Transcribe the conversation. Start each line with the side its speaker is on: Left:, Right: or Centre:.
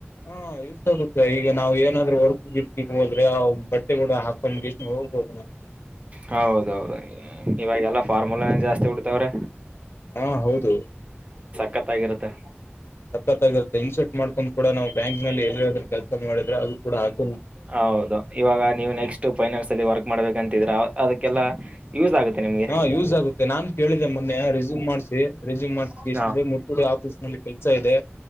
Left: ಹಾ ಯೂಸ್ ಆಗುತ್ತಾ ಈಗ ನಾವ್ ಏನಾದ್ರೂ ವರ್ಕ್ ಗಿರ್ಕ್ ಹೋದ್ರೆ ಬಟ್ಟೆ ಕೂಡ ಹಾಕೊಂಡ ಇಷ್ಟ ಹೋಗ್ಬೋದು ನಾವು
Right: ಹೌದೌದು ಇವಾಗಲ್ಲಾ ಫಾರ್ಮುಲಾ ಜಾಸ್ತಿ ಉಡ್ತವ್ರೆ
Left: ಹಾ ಹೌದು
Right: ಕತ್ತಾಗಿರುತ್ತೆ
Left: ಸಖತಾಗಿರುತ್ತೆ ಇಂಶರ್ಟ್ ಮಾಡ್ಕೊಂಡ ಕೂಡ ನಾವು ಬ್ಯಾಂಕ್ಲ್ಲಿ ಎಲ್ಲಿರೋದ್ರ ಕೆಲಸ ಮಾಡಿದ್ರೆ ಅದು ಕೂಡ ಹಾಕೋ
Right: ಹೌದು ಇವಾಗ ನೀವು ನೆಕ್ಸ್ಟ್ ಫೈನಾನ್ಸ್ ಅಲ್ಲಿ ವರ್ಕ್ ಮಾಡ್ಬೇಕಂತಿದ್ರ ಅದಕ್ಕೆಲ್ಲ ಯೂಸ್ ಆಗುತ್ತೆ ನಿಮ್ಗೆ
Left: ಹಾ ಯೂಸ್ ಆಗುತ್ತೆ ನಾನ್ ಕೇಳಿದ್ದಿದೆ ಮೊನ್ನೆ ರೆಸ್ಯೂಮ್ ಮಾಡಸಿ ರೆಸ್ಯೂಮ್ ಮಾಡ್ಸ
Right: ಹಾ
Left: ಎಷ್ಟು ಮುಟ್ಟ ಆಫೀಸ್ ನಲ್ಲಿ ಕೆಲ್ಸ ಇದೆ